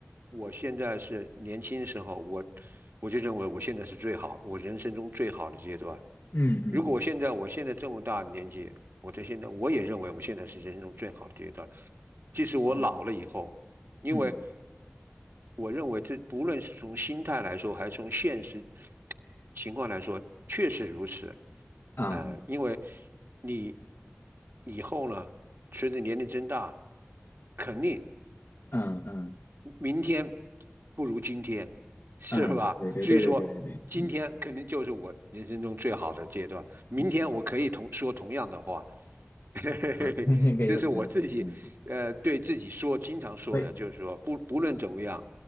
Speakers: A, on the right (about 65°); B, on the left (about 65°).
A: 我现在是年轻时候，我我就认为我现在是最好，我人生中最好的阶段。
B: 嗯嗯嗯，
A: 如果我现在我现在这么大的年纪，我在现在我也认为我现在是人生中最好的阶段。即使我老了以后，
B: 哦，
A: 因为
B: 嗯
A: 我认为这不论是从心态来说，还是从现实情况来说，确实如此。
B: 啊
A: 呃，因为你以后呢，随着年龄增大，肯定
B: 嗯嗯嗯
A: 明天不如今天，是吧？
B: 嗯，对对对对对对对，
A: 所以说，今天肯定就是我人生中最好的阶段。
B: 嗯
A: 明天我可以同说同样的话，
B: 嗯，
A: <laughs> 嘿嘿嘿嘿，
B: <laughs> 可以说怎么样，
A: 这是我自己，
B: 嗯，
A: 呃，对自己说，经常说的，
B: 对，
A: 就是说，不不论怎么样，